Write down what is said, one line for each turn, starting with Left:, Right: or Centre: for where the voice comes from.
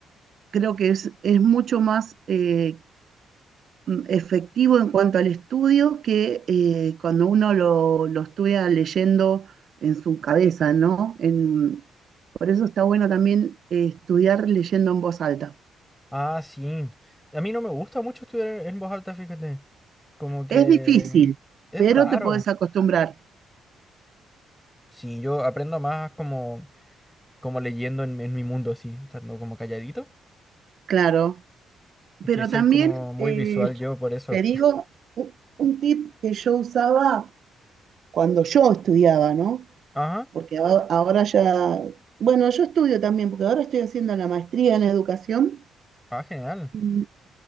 Right: creo que es, es mucho más eh, mm, efectivo en cuanto al estudio que eh, cuando uno lo, lo estudia leyendo en su cabeza, ¿no? En- por eso está bueno también eh, estudiar leyendo en voz alta.
Centre: Ah, sí. A mí no me gusta mucho estudiar e, en voz alta, fíjate. Como que
Right: Es difícil,
Centre: es
Right: pero
Centre: raro.
Right: te puedes acostumbrar,
Centre: Sí, yo aprendo más como, como leyendo en, en mi mundo, así, estando como calladito.
Right: claro.
Centre: Y
Right: Pero
Centre: que soy
Right: también
Centre: como muy
Right: eh,
Centre: visual yo por eso.
Right: te digo u- un tip que yo usaba cuando yo estudiaba, ¿no?
Centre: <laughs> Ajá.
Right: Porque a- ahora ya, bueno, yo estudio también, porque ahora estoy haciendo la maestría en educación,
Centre: Ah, genial.
Right: y-